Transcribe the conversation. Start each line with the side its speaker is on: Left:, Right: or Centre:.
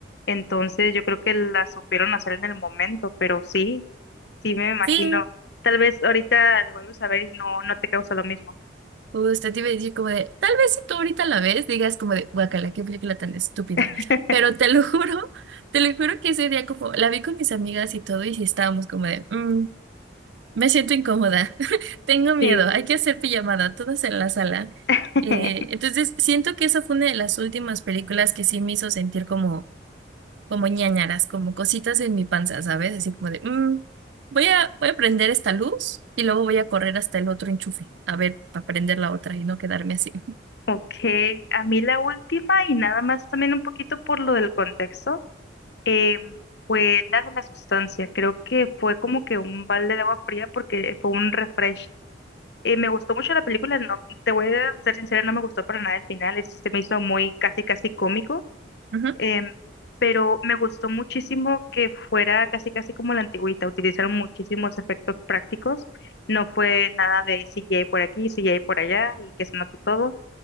Left: Entonces yo creo que la supieron hacer en el momento, pero sí, sí me imagino.
Right: Sí,
Left: Tal vez ahorita la vuelves a ver y no, no te causa lo mismo.
Right: usted te iba a decir como de, tal vez si tú ahorita la ves, digas como de, guacala, qué película tan estúpida.
Left: <laughs>
Right: Pero te lo <laughs> juro, te lo juro que ese día como, la vi con mis amigas y todo, y sí estábamos como de, "Mm, me siento incómoda, <laughs> tengo miedo,
Left: Sí.
Right: hay que hacer pijamada, todas en la sala.
Left: <laughs>
Right: Eh, entonces, siento que esa fue una de las últimas películas que sí me hizo sentir como como ñáñaras, como cositas en mi panza, ¿sabes? Así como de, "Mm, voy a, voy a prender esta luz y luego voy a correr hasta el otro enchufe, a ver, para prender la otra y no quedarme así.
Left: Ok, a mí la última y nada más también un poquito por lo del contexto, eh, fue la de la sustancia. Creo que fue como que un balde de agua fría porque fue un refresh. Eh, me gustó mucho la película, no, te voy a ser sincera, no me gustó para nada el final, ese sí se me hizo muy casi casi cómico,
Right: Ujú,
Left: em, pero me gustó muchísimo que fuera casi casi como la antigüita, utilizaron muchísimos efectos prácticos, no fue nada de CGI por aquí, CGI por allá y que se note todo.